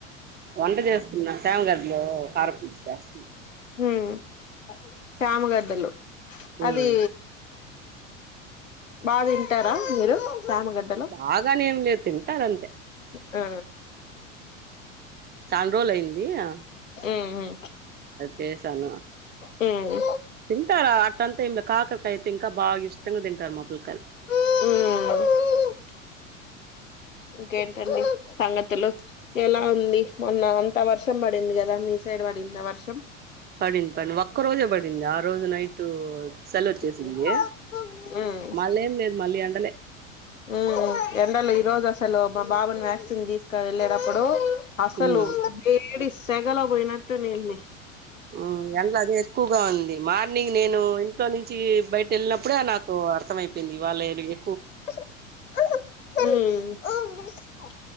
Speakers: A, on the right (about 25°); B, on the left (about 75°).
A: వంట చేస్తున్నా చేమగడ్డలు కారపూస చేస్తు
B: ఉమ్ శ్యామగడ్డలు
A: ఉమ్
B: అది బా తింటారా మీరు శామగడ్డలు
A: బాగానేమ్లే తింటనంతే
B: ఊ
A: చాల్ రోజులైయింది. ఆ
B: ఉ హ్మ్
A: చేసాను
B: హ్మ్
A: తింటారా అట్టంతా ఏం కాకరకాయ అయితే ఇంకా బాగా ఇష్టంగా తింటారు. మా పిల్లకాయలు
B: ఉమ్ ఇంకేంటండి సంగతులు ఎలా ఉంది. మొన్న అంత వర్షం పడింది. కదా మీ సైడ్ పడిందా వర్షం
A: పడింది పడింది. ఒక్క రోజే పడింది. ఆ రోజు నైట్ సెలవు వచ్చేసింది
B: ఉమ్ ఉమ్
A: మళ్ళీ ఏం లేదు మళ్ళీ ఎండలే
B: ఉమ్ ఎండలు ఈ రోజు అసల్ అసలు మా బాబును వ్యాక్సిన్ తీసుకొని వెళ్ళేటప్పుడు అసలు
A: ఉమ్
B: లేడిస్ తేగలో పోయినట్టు నెల్లీ నీ
A: మ్ ఎండలు అదే ఎక్కువగా ఉంది. మార్నింగ్ నేను ఇంట్లో నుంచి బయట వెళ్ళినప్పుడే నాకు అర్థంమైపెంది. ఈ వాళ్ళ నీ
B: ఉమ్